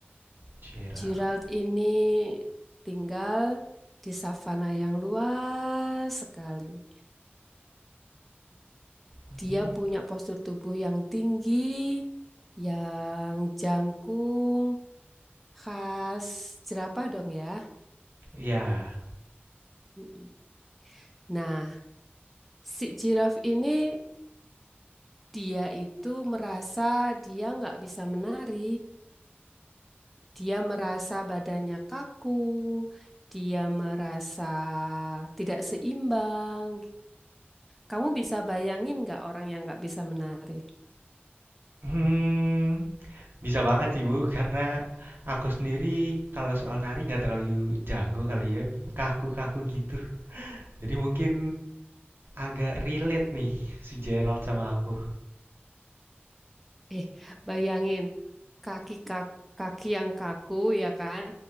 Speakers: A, on the right; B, in the centre.
A: Jirau.
B: Gerald ini tinggal di savana yang luas sekali.
A: hmm
B: Dia punya postur tubuh yang tinggi, yang jangkung, khas jerapah dong ya.
A: Ya.
B: Mm-mm. Nah, si jiraf ini dia itu merasa dia nggak bisa menari. Dia merasa badannya kaku, dia merasa tidak seimbang Kamu bisa bayangin nggak orang yang nggak bisa menari?
A: Hmm, bisa banget sih Bu, karena aku sendiri kalau soal nari nggak terlalu jago kali ya, kaku-kaku gitu. Jadi mungkin agak relate nih si Gerald sama aku.
B: Eh, bayangin kaki kak- kaki yang kaku ya kan,